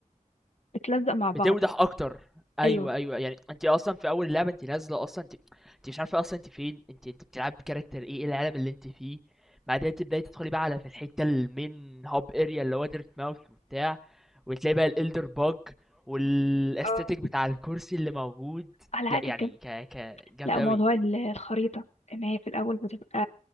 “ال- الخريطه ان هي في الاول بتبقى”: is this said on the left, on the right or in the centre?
Left